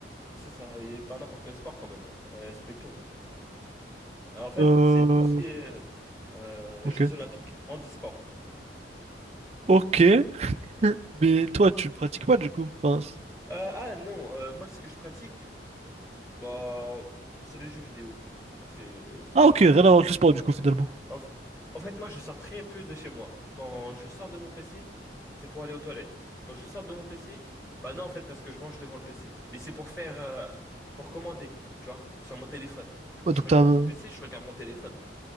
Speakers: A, on the left; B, on the right.
A: C'est ça, et pas n'importe quel sport quand même. Euh, Respectons. Alors, En fait,
B: Euh,
A: c'est tout ce qui est euh,
B: ok.
A: Jeux Olympiques handisport.
B: Ok. <laughs> Mais
A: Ok.
B: toi, tu le pratiques pas du coup. Enfin,
A: Euh, ah non, euh, moi, ce que je pratique. Bah, c'est les jeux vidéo. C'est c'est
B: Ah
A: ça,
B: ok,
A: je
B: rien
A: pratique.
B: à voir avec le sport du coup finalement.
A: En, f- en fait, moi, je sors très peu de chez moi. Quand je sors de mon PC, c'est pour aller aux toilettes. Quand je sors de mon PC, bah non, en fait, parce que je mange devant le PC. Mais c'est pour faire, euh, pour commander, tu vois, sur mon téléphone. Du coup,
B: Ouais,
A: je
B: donc
A: regarde
B: t'as un...
A: plus le PC, je regarde mon téléphone.